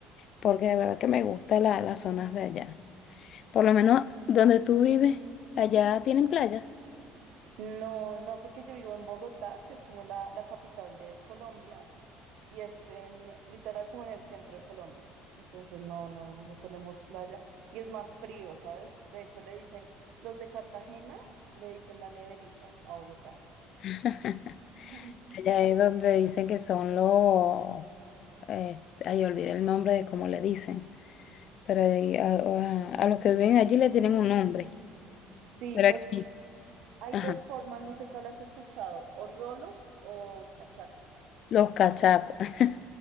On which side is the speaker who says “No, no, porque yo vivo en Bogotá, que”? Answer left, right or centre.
Right